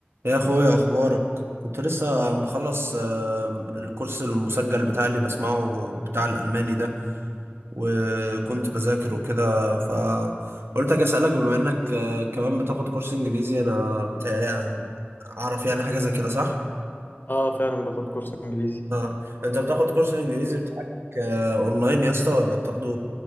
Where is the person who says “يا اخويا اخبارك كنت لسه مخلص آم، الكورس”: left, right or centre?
Right